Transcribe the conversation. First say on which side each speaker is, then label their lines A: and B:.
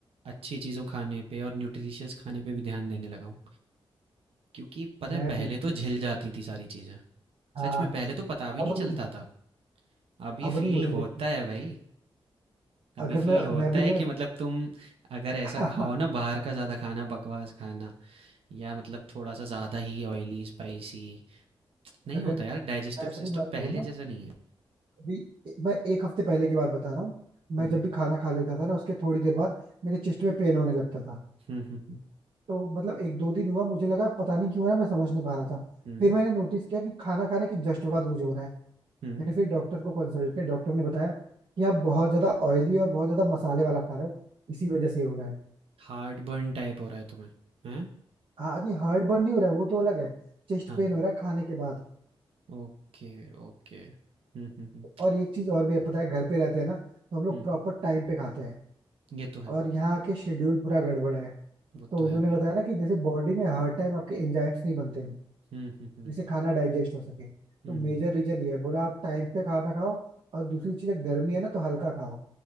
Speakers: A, on the right (about 85°); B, on the right (about 65°).
A: अच्छी चीज़ों खाने पे और न्यूट्रिशियस खाने पे भी ध्यान देने लगा हूँ क्योंकि पता
B: मैं
A: है पहले
B: भी
A: तो झिल जाती थी सारी चीज़ें
B: हाँ
A: सच में पहले तो पता भी
B: अब
A: नहीं
B: नहीं
A: चलता था अभी
B: अब
A: फील
B: नहीं होती
A: होता
B: लेकिन
A: है भाई अभी
B: अगर
A: फील
B: मैं
A: होता
B: मैं भी
A: है
B: ना
A: कि मतलब तुम अगर ऐसा
B: <laughs>
A: खाओ ना बाहर का ज़्यादा खाना बकवास खाना या मतलब थोड़ा सा ज़्यादा ही ऑयली स्पाइसी नहीं
B: अगर
A: होता
B: मैं
A: यार डाइजेस्टिव
B: अपनी
A: सिस्टम
B: बात करूँ
A: पहले
B: ना
A: जैसा नहीं है
B: अभी मैं एक हफ्ते पहले की बात बता रहा हूँ मैं
A: हम्म
B: जब भी खाना खा लेता था ना उसके थोड़ी देर बाद मेरे चेस्ट में पेन होने लगता था
A: हम्म हम्म
B: तो मतलब एक दो दिन हुआ मुझे लगा पता नहीं क्यों हो रहा है, मैं समझ नहीं पा रहा था
A: हम्म
B: फिर मैंने नोटिस किया कि खाना खाने के जस्ट बाद मुझे हो रहा है
A: हम्म
B: मैंने फिर डॉक्टर को कंसल्ट किया डॉक्टर ने बताया कि आप बहुत ज्यादा ऑयली और बहुत ज्यादा मसाले वाला खा रहे हो इसी वजह से ये हो रहा है
A: हार्ट बर्न टाइप हो रहा है तुम्हें हैं
B: हाँ नहीं हार्ट बर्न नहीं हो रहा है वो तो अलग है चेस्ट
A: हाँ
B: पेन हो रहा है खाने के बाद
A: ओके ओके हम्म हम्म हम्म
B: और एक चीज और भी है पता है घर पे रहते हैं ना तो हम लोग
A: हम्म,
B: प्रॉपर टाइम पे खाते हैं
A: ये तो है
B: और यहाँ के शेड्यूल पूरा गड़बड़ है
A: वो
B: तो
A: तो
B: उन्होंने
A: है भाई
B: बताया ना कि जैसे बॉडी में हर टाइम आपके एंजाइम्स नहीं बनते हैं
A: हम्म हम्म हम्म
B: जिससे खाना डाइजेस्ट हो सके तो
A: हम्म
B: मेजर रीजन ये है बोला आप टाइम पे खाना खाओ और दूसरी चीज गर्मी है ना तो हल्का खाओ